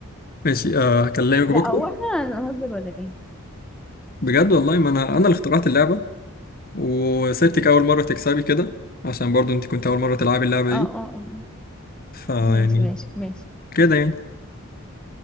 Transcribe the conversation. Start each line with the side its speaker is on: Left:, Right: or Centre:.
Left: ماشي آه، هكلمك
Centre: لا
Left: بكرة
Centre: هو احنا هنهزر ولا ايه
Left: بجد والله ما أنا أنا اللي
Centre: م-
Left: اخترعت اللعبة وسبتك أول مرة تكسبي كده عشان برضو أنت كنت أول مرة تلعبي اللعبة دي
Centre: اه اه اه
Left: فيعني
Centre: ماشي ماشي ماشي
Left: كده يعني